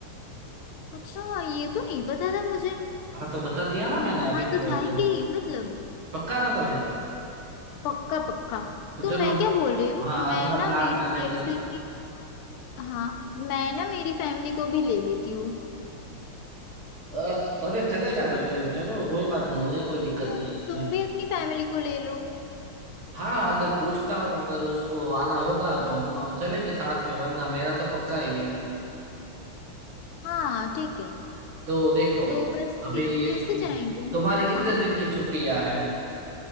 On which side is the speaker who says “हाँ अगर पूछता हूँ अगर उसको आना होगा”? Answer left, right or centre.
Right